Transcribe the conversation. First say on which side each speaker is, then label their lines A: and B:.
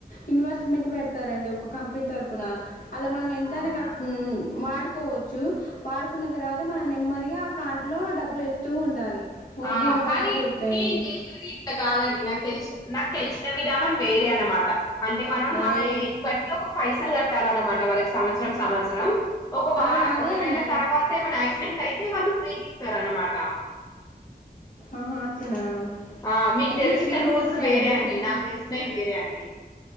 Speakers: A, on the left; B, on the left.
A: ఇన్వెస్ట్మెంట్ పెడతారండి ఒక కంపెనీ తరపున అలా మనం ఎంతనా
B: అవునా
A: కట్ మ్ వాడు కోవచ్చు వాడుకున్న తర్వాత మనం నెమ్మదిగా ఆ కార్డు లో డబ్బులు వేస్తూ ఉండాలి వడ్డీలు
B: ఆ కానీ
A: బాగానే పెరుగుతాయండి
B: నేను చేసినది ఇట్ట కాదండి నాకు తెలిసి నాకు తెలిసిన విధానం వేరే అనమాట అంటే మనం
A: ఆ,
B: మన
A: ఏ
B: ఏజ్ బట్టి ఒక పైసలు కట్టాలన్నమాట వాళ్ళకి సంవత్సరం సంవ త్సరం ఒక వ
A: ఆ, అదే
B: ఒక
A: అండి
B: నెల తర్వాత ఏమైనా యాక్సిడెంట్ అయితే వాళ్ళు ఫ్రీ సారు అనమాట
A: ఆహా అట్లనా
B: ఆ మీకు
A: అయితే
B: దెలిసిన
A: మీ ఫ్రెండ్కి
B: రూల్స్
A: వచ్చాయండి
B: వేరే అండి నాకు దెలిసినవి వేరే అండి